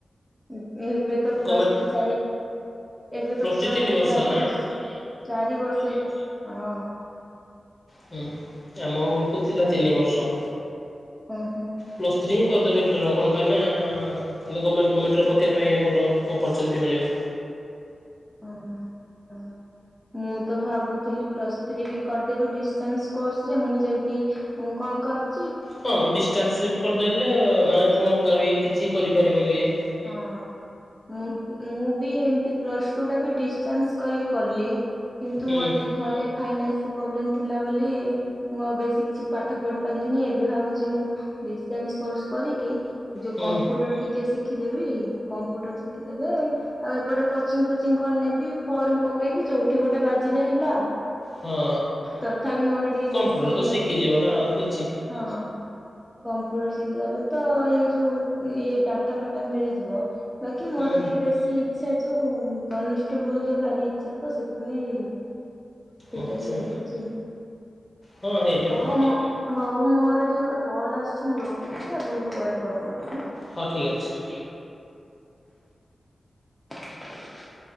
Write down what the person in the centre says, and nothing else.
ଏବେ ଏବେତ ପ୍ଲସଥ୍ରୀ
ଚାରି ଏବେ
ତ
ପ୍ଲସଥ୍ରୀ
ଚାରି
ବର୍ଷ ଚାରି ବର୍ଷ ହଁ।
ଓହୋ।
ଓହୋ ହଁ। ମୁଁ ତ ଭାବୁଥିଲି ପ୍ଲସଥ୍ରୀ ବି କରିଦେବି ଡିଶ୍ଟାନସ୍ କୋର୍ସରେ ମୁଁ ଯେମିତି ମୁଁ କଣ କରି
ହଁ ମୁଁ ମୁଁ ବି ଏମିତି ପ୍ଲସଟୁ ଟା ଭି ଡିଷ୍ଟାନ୍ସ କରି କଲି କିନ୍ତୁ
ମୋର ଟିକେ ଘରେ ଫାଇନାନ୍ସ ପ୍ରୋବ୍ଲେମ୍ ଥିଲା ବୋଲି ମୁଁ ଆଉ ବେଶୀ କିଛି ପାଠ ପଢି ପାରିଲିନି ଏବେ ଭାବୁଛି ମୁଁ ଡିସ୍ଟାନ୍ସ କୋର୍ସ କରିକି ଯୋଉ
କମ୍ପୁଟର ଟିକେ ଶିଖିଦେବି କମ୍ପୁଟର ଶିଖିଦେଲେ ଆଉ ଏପଟେ କୋଚିଙ୍ଗ ଫୋଚିଙ୍ଗ କଣ ନେବି ଫର୍ମ ପକେଇବି ଯୋଉଠି ଗୋଟେ ବାଜିଲେ ହେଲା ଆଉ।
ତଥାପି ମୋର ଟିକେ
ବେଶୀ
ଅଛି
ହଁ। କମ୍ପ୍ୟୁଟର ଶିଖିଗଲେ ତ ଏଇଯୋଉ ଇଏ ଡାଟା ଫାଟା ମିଳିଯିବ। ବାକି ମୋର
ଟିକେ ବେଶୀ ଇଚ୍ଛା ଯୋଉ କନେଷ୍ଟବୁଲରେ ଭାରି ଇଚ୍ଛା ତ ସେଥିପାଇଁ। ସେଇଟା
ଟିକେ ଦେଖୁଛି
ହଁ ମ। ହଉ ମୋର ଟିକେ ଗୋଟେ କଲ ଆସୁଛି ମୁଁ ରଖୁଛି ଆପଣଙ୍କୁ ପରେ କଲ କରୁଛି।
ହଉ ଠି <inaudible>